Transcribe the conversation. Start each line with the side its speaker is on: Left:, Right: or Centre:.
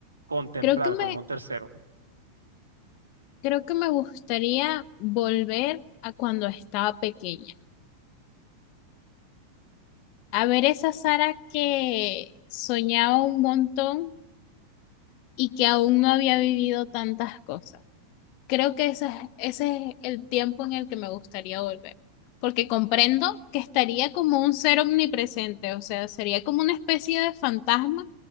Right: contemplar
Left: creo que me,
Right: como un tercero?
Left: creo que me gustaría volver a cuando estaba pequeña, a ver esa Sara que soñaba un montón y que aún no había vivido tantas cosas. Creo que ese es, ese es el tiempo en el que me gustaría volver, porque comprendo que estaría como un ser omnipresente, o sea, sería como una especie de fantasma